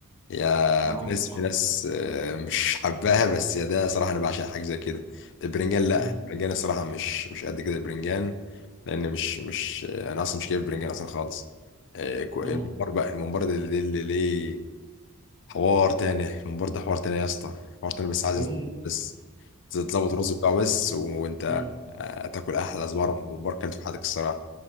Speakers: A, on the left; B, on the right.
A: يا
B: اول
A: في ناس
B: مره اسمعها
A: في ناس آه، مش حباها بس يا ده صراحة أنا بعشق حاجة زي كده البرنجان لأ
B: امم
A: البرنجان الصراحة مش مش قد كده البرنجان لأن مش مش آه، أنا أصلا مش جايب برنجان أصلا خالص آه، كو-
B: امم
A: الممبار بقى الممبار ده اللي اللي ليه حوار تاني الممبار ده حوار تاني يا اسطى حوار تاني بس عايز
B: ال...
A: بس تظبط الرز بتاعه بس وأنت
B: مم.
A: آه، تاكل أحلى صباع ممبار كلته في حياتك الصراحة